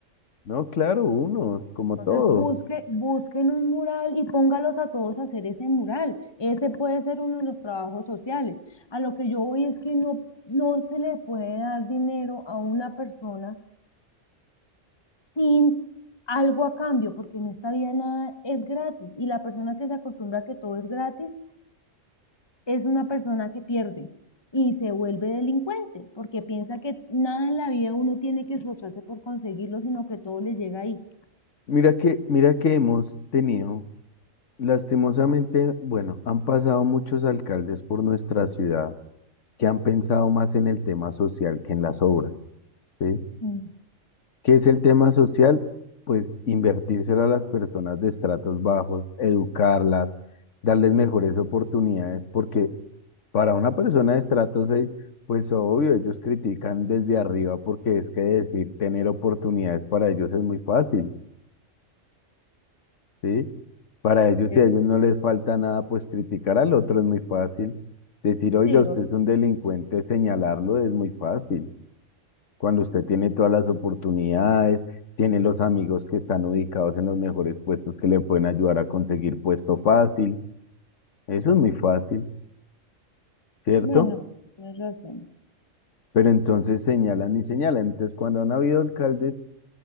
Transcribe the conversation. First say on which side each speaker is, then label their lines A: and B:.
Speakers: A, on the left (about 70°); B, on the left (about 20°).
A: No, claro, unos, como todo.
B: Entonces busque, busquen un mural y póngalos a todos a hacer ese mural. Ese puede ser uno de los trabajos sociales. A lo que yo voy es que no, no se le puede dar dinero a una persona sin algo a cambio, porque en esta vida nada es gratis. Y la persona que se acostumbra a que todo es gratis es una persona que pierde y se vuelve delincuente, porque piensa que nada en la vida uno tiene que esforzarse por conseguirlo, sino que todo le llega ahí.
A: Mira que, mira que hemos tenido, lastimosamente, bueno, han pasado muchos alcaldes por nuestra ciudad que han pensado más en el tema social que en las obras, ¿sí?
B: Mm.
A: ¿Qué es el tema social? Pues invertírselo a las personas de estratos bajos, educarlas, darles mejores oportunidades, porque para una persona de estrato 6, pues obvio, ellos critican desde arriba porque es que decir tener oportunidades para ellos es muy fácil, ¿sí? Para ellos,
B: Eh,
A: si a ellos no les falta nada, pues criticar al otro es muy fácil. Decir, oiga,
B: Sí,
A: usted
B: lo- vi.
A: es un delincuente, señalarlo es muy fácil. cuando usted tiene todas las oportunidades, tiene los amigos que están ubicados en los mejores puestos que le pueden ayudar a conseguir puesto fácil. Eso es muy fácil, ¿cierto?
B: Bueno, sí, tienes razón.
A: Pero entonces señalan y señalan. Entonces, cuando han habido alcaldes